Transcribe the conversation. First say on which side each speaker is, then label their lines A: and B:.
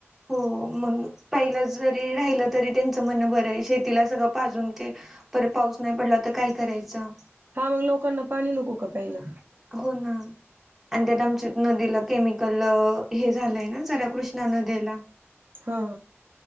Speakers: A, in the centre; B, on the right.
A: हो, मग पहिला जरी राहिलं तरी तेंच बरयं आहे शेतीला सगळं पाजून परत पाऊस नाही पडला, तर काय करायचं?
B: हा, मग लोकांना पाणी नको का प्यायला?
A: हो, ना. आणि त्यात आमच्या नदीला केमिकल, हे झालंय ना जऱ कृष्णा नदिला.
B: हा.